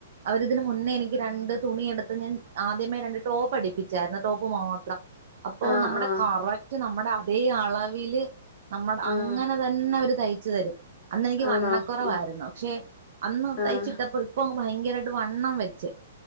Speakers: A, on the right; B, on the left.
A: അവരിതിന് മുന്നേ എനിക്ക് രണ്ട് തുണി എടുത്ത് ഞാൻ ആദ്യമേ രണ്ട് ടോപ്പ് അടിപ്പിച്ചായിർന്ന് ടോപ്പ് മാത്രം അപ്പൊ
B: ആഹ്
A: നമ്മുടെ
B: ആഹ് ആഹ്
A: കറ നമ്മുടെ അതേ അളവില് നമ്മുടെ അങ്ങനെ
B: ആഹ്
A: തന്നെ അവര് തഴിച്ച് തരും അന്ന് എനിക്ക് വണ്ണക്കുറവായിരുന്നു
B: ആണോ ആഹ്
A: പക്ഷെ അന്ന്
B: ആഹ്
A: തയ്ച്ചിട്ടപ്പോ ഇപ്പൊ ഭയങ്കരയിട്ട് വണ്ണം വെച്ച്